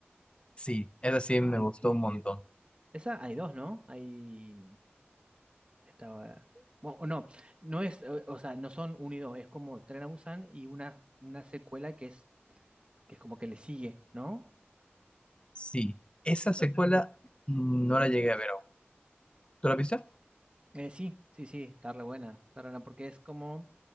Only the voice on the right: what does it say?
Esa hay dos, ¿no? Hay, estaba, bueno, o no, no es, eh, o sea, no son un y dos, es como Tren a Busan y una, una secuela que es, que es como que le sigue, ¿no?
Eh, sí, sí, sí, está re buena, está re buena, porque es como,